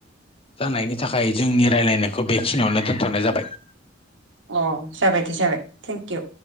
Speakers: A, on the left; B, on the right.
A: जानायनि थाखाय जोंनि रायलायनायखौ बेखिनियावनो दोनथ'नाय जाबाय
B: अ जाबाय दे जाबाय थेंकिउ